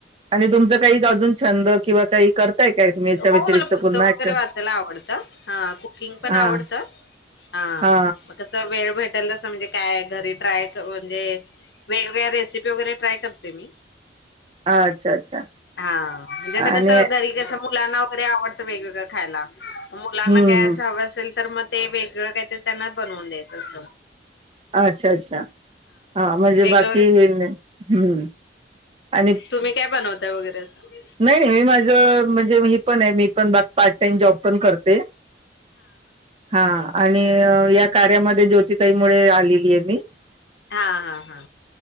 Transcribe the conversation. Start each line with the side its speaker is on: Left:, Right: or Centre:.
Right: आणि तुमचं अजून छंद किंवा काही करताय काय तुम्ही याच्या व्यतिरिक्त
Left: हो मला पुस्तक
Right: पुन्हा
Left: वगैरे
Right: ऍक्टिव
Left: वाचायला आवडतं हा कुकिंग पण
Right: हा
Left: आवडत हा
Right: हा
Left: म कस वेळ भेट म्हणजे काय घरी ट्राय म्हणजे वेगवेगळ्या रेसिपी वगैरे ट्राय करते मी
Right: अच्छा अच्छा
Left: हा म्हणजे आता
Right: आणि
Left: घरी कस मग मुलांना वैगरेआवडत वेगळं वेगळं खायला मुलांना
Right: हम्म
Left: काय
Right: हम्म
Left: अस हवं असेल तर मग ते वेगळं काहीतरी त्यांना बनवून द्यायचं अस
Right: अच्छा अच्छा हा म्हणजे
Left: वेगळं
Right: बाकी हम्म. आणि
Left: तुम्ही काय बनवताय वगैरे असं
Right: नाही नाही मी माझ म्हणजे मी पण आहे मी पण पार्ट टाइम जॉब पण करते हा आणि या कार्यामध्ये जो <unintelligible>
Left: हा हा हा